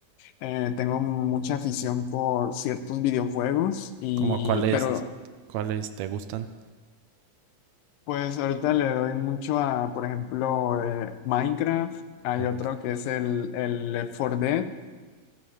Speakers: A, on the left; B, on the right.
A: eh, tengo mucha afición por ciertos videojuegos y,
B: Como cuáles
A: pero
B: cuáles te gustan.
A: Pues ahorita le doy mucho a, por ejemplo, eh, Minecraft. Hay
B: Okay.
A: otro que es el, el Left 4 Dead.